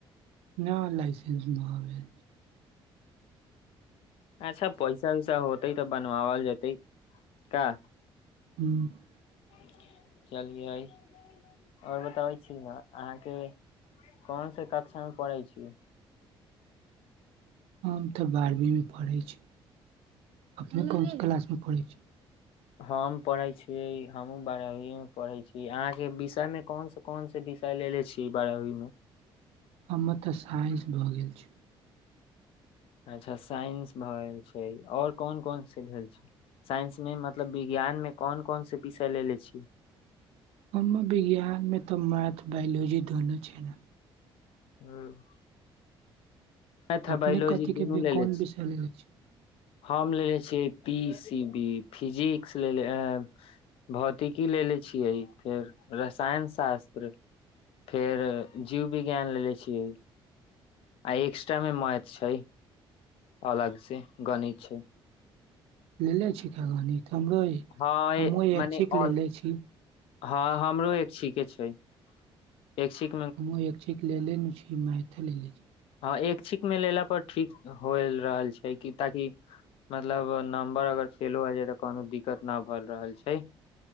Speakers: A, on the right (about 85°); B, on the left (about 70°).
A: नऽ लाइसेन्स नऽअभी
B: अच्छ पैसा वैसा होतै तऽ बन बाबल जेतै का
A: <unintelligible>
B: <inaudible> चलियइ <inaudible> ओर बताबै छी न अहाँकेँ कोन स कक्षा मे पढ़े छी
A: हम तऽ बारहवींमे पढ़ै छी <unintelligible> अपने कोन स क्लासमे पढ़ै छी
B: हम पढ़े छीय हमहूँ बारहवीं म पढ़े छी अहाँ केँ विषय मे कोन स कोन से विषय लेले छि बारहवीं मे
A: हमर तऽ साइंस भऽ गेल छै
B: अच्छा साइंस भए गेल छै ओर कोन कोन से भेल छै साइंस में मतलब विज्ञान में कोन कोन से विषय लेेले छि
A: कोनो विज्ञानमे तऽ मैथ बायोलॉजी दुनू छै न
B: <unintelligible> मैथ
A: अपने
B: आ बायोलॉजी
A: कथी
B: दुनू
A: के
B: लेले
A: कोन
B: छि
A: विषय
B: <inaudible>
A: लेले छी
B: हम लेलेे छियै पी सी बी फिजिक्स लेलेे अ भौतिकी लेलेे छियै फेर रसायन शास्त्र फेर जीव विज्ञान लेलेे छियै आ एक्स्ट्रा मे मैथ छै अलग से गणित छै
A: लेले छी का गणित हमरो
B: हँ
A: हमहुँ
B: मने
A: एक्षिक
B: ऑल
A: लेले छी
B: हँ हमरो ऐैक्षिक केँ छै ऐक्षिक
A: हम हूँ ऐैक्षिक लेलेे न छी मैथली लेकिन
B: हँ ऐैक्षिक मे लेला पर ठीक हो रहल छै कि ताकि मतलब नंबर अगर फेलो आ जाय तऽ कोनो दिक्कत न भए रहल छै